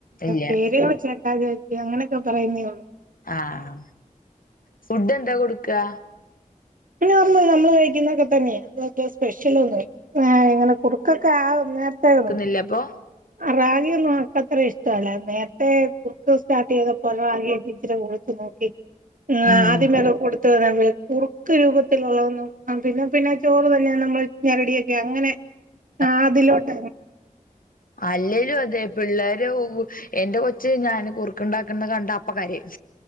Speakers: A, on the left; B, on the right.
A: ഇല്ല
B: പേര് <unintelligible> അങ്ങനെയൊക്കെ പറയുന്നേള്ളൂ
A: ആഹ ഫുഡ് എന്താ കൊടുക്കുക
B: പിന്നെ നമ്മള് നമ്മള് കഴിക്കുന്നൊക്കെ തന്നെയാണ് സ്പെഷ്യലോന്നന്ന് ഇല്ല ഇങ്ങനെ കുറുക്കൊക്കെ ആദ്യം നേരത്തെ കൊടുത്തു
A: ല്ലപ്പോ
B: റഗിയ ഒന്നും അവക്കത്ര ഇഷ്ട അല്ലേ നേരത്തെ കുറുക്ക് സ്റ്റാർട്ട് ചെയ്തപ്പോലെ റഗിയ ഇി തിന്നോക്കി
A: ഉം
B: ആദ്യമേെ കൊടു കുറുക്ക് രൂപത്തിലുള്ളതന്നും പിന്നെ പിന്നെ ചോറ് തന്നെ നമ്മൾ ഞരടിയൊക്കെ അങ്ങനെ
A: ഉ
B: ആഹ അതിലോട്ട
A: അല്ലലും അതെ പിള്ളേര് എന്റെ കൊ ച്ച്. ഞാന് കുറുക്ക ഉണ്ടാക്കുന്ന കണ്ട അപ്പ കരയും